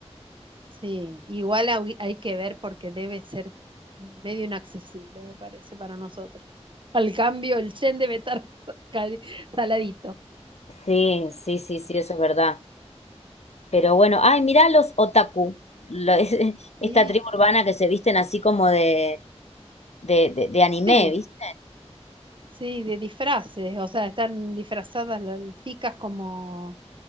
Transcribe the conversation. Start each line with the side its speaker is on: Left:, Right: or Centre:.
Right: Sí, igual hay hay que ver porque debe ser medio inaccesible, me parece, para nosotros. Al cambio, el yen debe estar <laughs> cari- saladito.
Left: Sí, sí, sí, sí, eso es verdad. Pero bueno, ay, mirá los otaku, lo- es- <laughs> esta
Right: Sí,
Left: tribu urbana que se visten así como de, de, de- de anime,
Right: sí,
Left: ¿viste?
Right: sí, de disfraces. O sea, están disfrazadas las chicas como,